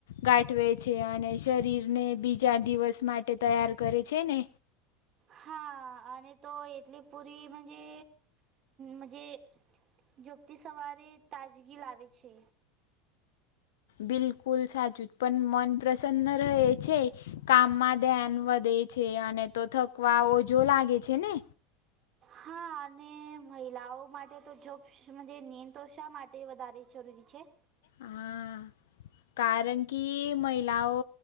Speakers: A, on the left; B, on the right.
A: ગાઠવે છે અને શરીરને બીજા દિવસ માટે તૈયાર કરે છે ને
B: હા અને તો એટલી પુરી મજે મજે ઝોપતી સવારે તાજગી લાવે છે.
A: બિલકુલ સાચું પણ મન પ્રસન્ન રહે છે કામમાં ધ્યાન વધે છે અને તો થકવા ઓ જો લાગે છે ને
B: હા અને મહિલાઓ માટે તો જોબ મુજે નિયમો શા માટે વધારવી જરૂરી છે.
A: હા. કારણ કે મહિલાઓ,